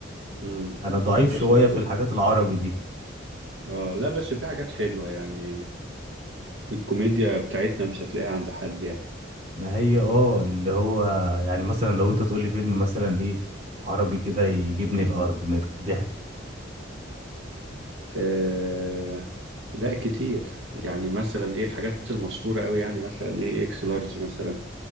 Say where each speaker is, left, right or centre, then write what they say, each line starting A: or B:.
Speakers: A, on the right (about 80°); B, on the right (about 35°).
A: مم.
B: انا ضعيف
A: ده
B: شويه
A: شيء
B: في الحاجات العربي دي
A: اه لا بس في حاجات حلوة يعني الكوميديا بتاعتنا مش هتلاقيها عند حد يعني
B: ما هي اه اللي هو يعني مثلا لو انت تقول لي فيلم مثلا ايه عربي كده يجيبني الارض من الضحك
A: آه لا كتير يعني مثلا ايه الحاجات المشهورة قوي يعني مثلا ايه اكس لارج مثلا